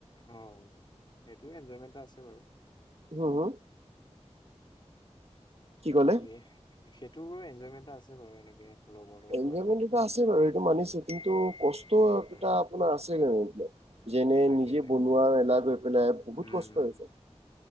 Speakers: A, on the left; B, on the right.
A: অ এইটো এনজয়মেণ্ট এটা আছে বাৰু।
B: হো হো। কি ক'লে
A: বাকী, সেইটোৰ এনজয়মেন্ট এটা আছে বাৰু এনেকে। লগৰ লগত
B: এনজয়মেট
A: খোৱাটো
B: এটা আছে বাৰু সটো মানিছো কিন্তু কষ্টটা
A: উম
B: আপোনাৰ আছে যেনে
A: তাকে
B: নিজে
A: তাকে
B: বনোৱা মেলা গৈ পেলাই বহুত
A: উম
B: কষ্ট
A: উম
B: হৈছে